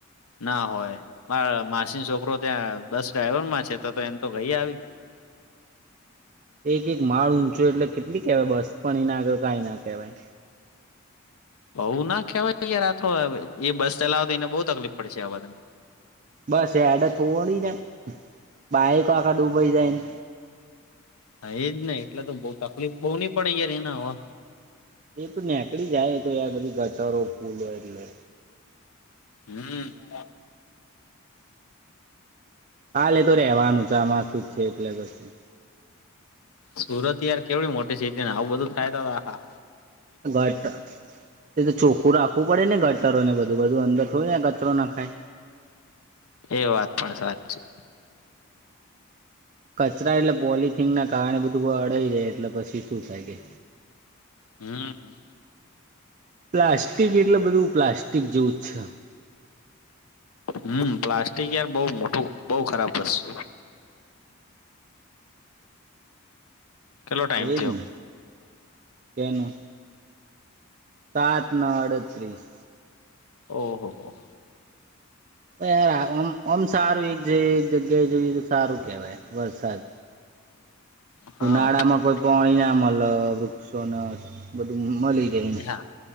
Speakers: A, on the left; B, on the right.
A: ના હોય મા માસી છોકરો ત્યાં બસ ડ્રાઈવર માં છે તો તો એમ તો ભઈ આવી
B: એક એક માળ ઊંચો એટલે કેટલી કેહેવાય બસ પણ એના આગળ કઈ ના કહેવાય
A: બઉુ ના કહેવાય યાર આ તો એ બસ ચલાવ તો એને બહુ તકલીફ પડશે આવાને
B: બસ એડ થોડી જ બાાયક આખા ડૂબી જાય
A: હા એજ નહી એટલે તો બઉુ તકલીફ બહુ નની પડે યાર એને હવે
B: એ તો નેકળી જાય તો એ બધી ગટરો ફૂલો એટલે
A: હમ્મ.
B: હાલે તો રેવાનું છે આમાં શું? <unintelligible>
A: સુરત યાર કેવડી મોટી સ્થિ ને આવું બધું થાય તો હા.
B: <unintelligible> એ તો ચોખ્ખું રાખવું પડ ને ગટરોનેધુંધુંંદર થોયું ને ગતરો નાખાય.
A: એ વાત પણ સાચી
B: કચરા એટલે પોલથીન ના કારણે બધું અડઈ જાય એટલે પછી શું થાય કે
A: હમ્મ.
B: પ્લાસ્ટિક એટલે બધું પ્લાસ્ટિક જેવું જ છે.
A: હમ્મ પ્લાસ્ટિક યાર બહ મોટું બહ ખરાબ વસ્તું કેટલો ટાઈમ
B: એજ
A: થયો
B: ને તેમને. સાત ન અડત્રીસ.
A: ઓ હો હો.
B: યારમમ સારું એક એક જગ્યાએ જોઈએ તો સારું કેહેવાય વરસાદ.
A: હા
B: ઉનાળા માં કોઈ પાણી ના મળ વૃક્ષો ન બધું મલી રેય.
A: હા